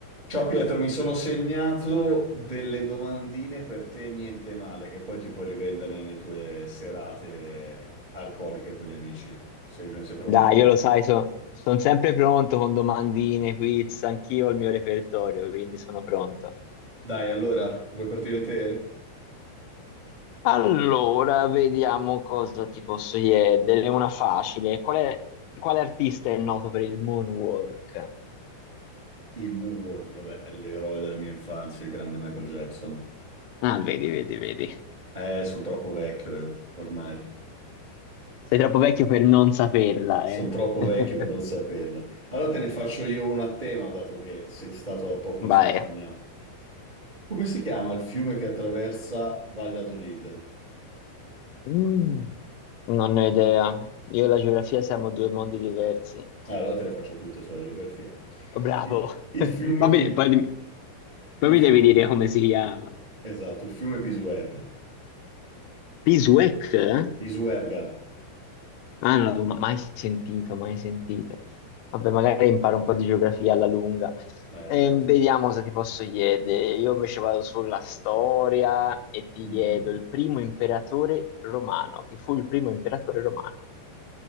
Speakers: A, on the right; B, on the left.
A: Ciao Pietro, mi sono segnato delle domandine per te, niente male, che poi ti puoi rivendere nelle tue serate alcoliche con gli amici. Sei, sei pronto?
B: Dai, io lo sai, sono sempre pronto con domandine, quiz, anch'io ho il mio repertorio, quindi sono pronto.
A: Dai, allora, vuoi partire te?
B: Allora, vediamo cosa ti posso chiedere. Una facile. Qual è, quale artista è noto per il moonwalk?
A: Il Moonwalk, vabbè, è l'eroe della mia infanzia, il grande Michael Jackson.
B: Ah, vedi, vedi, vedi.
A: Eh, sono troppo vecchio io, ormai.
B: Sei troppo vecchio per non saperla,
A: Sono
B: eh?
A: troppo
B: <laughs>
A: vecchio per non saperla. Allora te ne faccio io una a tema, dato che sei stato da poco in
B: Vai.
A: Spagna. Come si chiama il fiume che attraversa Valladolid?
B: Mm, non ne ho idea. Io e la geografia siamo due mondi diversi.
A: Allora allora te le faccio tutte sulla geografia.
B: Oh, bravo.
A: I- Il
B: <laughs>
A: fiume
B: Poi,
A: più...
B: mi poi mi- poi
A: Il
B: mi
A: fiume...
B: devi dire come si chiama.
A: Esatto, il fiume Pisuerga.
B: Beeswax? Ah,
A: Pisuerga.
B: non l'avevo mai sentito, mai sentito. Vabbè, magari imparo un po' di geografia alla lunga.
A: Ah, esatto.
B: Ehm, vediamo se ti posso chiedere. Io invece vado sulla storia e ti
A: Mhm.
B: chiedo il primo imperatore romano. Chi fu il primo imperatore romano?